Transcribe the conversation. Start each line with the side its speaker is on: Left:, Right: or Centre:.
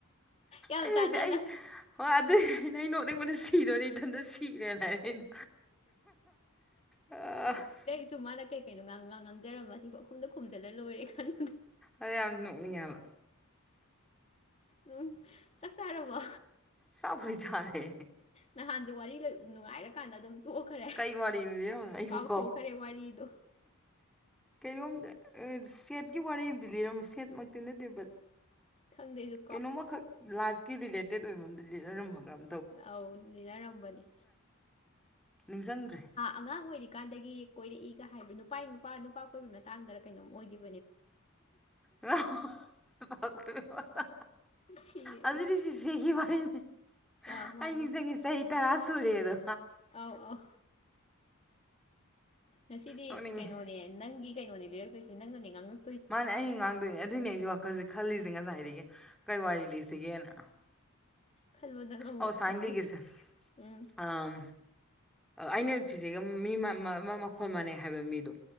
Left: ꯌꯥꯝ
Centre: ꯑꯩꯗꯤ
Left: ꯆꯥꯟꯅꯅ
Centre: ꯑꯩ ꯍꯣꯏ ꯑꯗꯨꯏ ꯑꯩꯅ ꯑ ꯅꯣꯛ ꯅꯪꯉꯣꯟꯅ ꯁꯤꯗꯣꯔꯤ ꯏꯊꯟꯗ ꯁꯤꯔꯦꯅ ꯍꯥꯏꯔ ꯑꯩꯅ꯫ <unintelligible>
Left: ꯁꯨꯃꯅ ꯀꯦ ꯀꯩꯅꯣ ꯉꯥꯡ ꯉꯥꯡ ꯉꯥꯡꯖꯔꯝꯁꯤꯐ ꯑꯩꯈꯨꯝꯗ ꯈꯣꯝꯜꯂ ꯂꯣꯏꯔꯦ ꯀꯥꯟꯗ
Centre: ꯑ ꯌꯥꯝ ꯅꯣꯛꯅꯤꯡꯉꯦꯕ
Left: ꯎꯝ ꯆꯥꯛ ꯆꯥꯔꯕꯣ
Centre: ꯆꯥꯛꯄꯨꯗꯤ ꯆꯥꯔꯦ
Left: ꯅꯍꯥꯟꯁꯦ ꯋꯥꯔꯤ ꯅꯨꯡꯉꯥꯏꯔꯀꯥꯟꯗ ꯑꯗꯨꯝ ꯇꯣꯛꯈ꯭ꯔꯦ
Centre: ꯀꯩ ꯋꯥꯔꯤꯅꯣ ꯂꯤꯔꯝꯕꯗꯣ ꯑꯩꯕꯨ
Left: ꯀꯥꯎꯊꯣꯛꯈ꯭ꯔꯦ ꯋꯥꯔꯤꯗꯣ
Centre: ꯀꯩꯅꯣꯝ ꯁꯦꯠꯀꯤ ꯋꯥꯔꯤ ꯑꯃꯗꯤ ꯂꯤꯔꯝꯃꯤ ꯁꯦꯠꯃꯛꯇꯤ ꯅꯠꯇꯦꯕ꯫
Left: ꯈꯪꯗꯦꯁꯨ
Centre: ꯀꯩꯅꯣꯝꯃꯈꯛ ꯂꯥꯏꯐꯀꯤ ꯔꯤꯂꯦꯇꯦꯠ ꯑꯣꯏꯕ ꯑꯝꯗ ꯂꯤꯅꯔꯝꯃꯒꯝ
Left: ꯑꯧ ꯂꯅꯔꯝꯕꯅꯦ
Centre: ꯅꯤꯡꯁꯤꯡꯗ꯭ꯔꯦ
Left: ꯑꯉꯥꯡ ꯑꯣꯏꯔꯤ ꯀꯥꯟꯗꯒꯤ ꯀꯣꯏꯔꯛꯏꯒ ꯍꯥꯏꯕ ꯅꯨꯄꯥ ꯅꯨꯄꯥ ꯅꯨꯄꯥ ꯀꯣꯏꯕ ꯃꯇꯥꯡꯗ ꯀꯩꯅꯣꯝ ꯑꯣꯏꯈꯤꯕ
Centre: ꯉ ꯐ ꯄ
Left: ꯁꯤꯔꯦ
Centre: ꯑꯗꯨꯗꯤꯗꯤ ꯁꯤ ꯁꯤꯦꯒꯤ ꯋꯥꯅꯦꯦ
Left: ꯑꯥ ꯃꯥꯅꯦ
Centre: ꯑꯩ ꯅꯤꯡꯁꯤꯡꯉꯦ ꯆꯍꯤ ꯇꯔꯥ ꯁꯨꯔꯦꯗꯣ
Left: ꯑꯥꯎ ꯑꯥꯎ ꯉꯁꯤꯗꯤ
Centre: ꯅꯣꯛꯅꯤꯡꯉꯦ
Left: ꯀꯩꯅꯣꯅꯦ ꯅꯪꯒꯤ ꯀꯩꯅꯣꯅꯦ ꯂꯩꯔꯛꯇꯣꯏꯁꯦ ꯅꯪꯅꯅꯦ ꯉꯥꯡꯉ
Centre: ꯃꯥꯅꯦ ꯑꯩ ꯉꯥꯡꯗꯣꯏꯅꯦ ꯑꯗꯨꯏꯅꯦ ꯑꯩꯖꯨ ꯋꯥꯈꯜꯖꯦ ꯈꯜꯂꯤꯖꯦ ꯉꯁꯥꯏꯗꯒꯤ ꯀꯔꯤ ꯋꯥꯔꯤ ꯂꯤꯁꯤꯒꯦꯅ
Left: ꯈꯜꯂꯣ ꯅꯪ ꯑꯃꯨꯛ
Centre: ꯑꯣ ꯁꯥꯏ
Left: ꯈꯟꯕꯝ
Centre: ꯂꯤꯒꯤꯁꯦ
Left: ꯎꯝ
Centre: ꯑꯝ ꯑꯩꯅ ꯆꯤꯆꯦꯒ ꯃꯤ ꯃ ꯃ ꯃ ꯃ ꯃꯈꯣꯟ ꯃꯥꯟꯅꯩ ꯍꯥꯏꯕ ꯃꯤꯗꯣ